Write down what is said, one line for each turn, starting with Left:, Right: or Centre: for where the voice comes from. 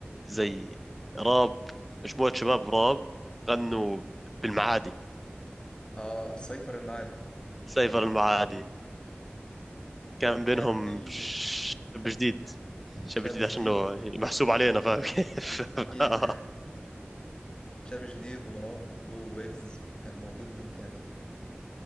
Centre: زي راب مجموعة شباب راب غنوا بالمعادي
Left: اه سيفر المعادي
Centre: سايفر المعادي كان بينهم
Left: كان في
Centre: شاب جديد شاب
Left: شاب
Centre: جديد
Left: جديد
Centre: عشان هو محسوب علينا فاهم كيف؟
Left: أكيد
Centre: <laughs>
Left: <laughs> شاب جديد ومروان بابلو ويجز كان موجود مين تاني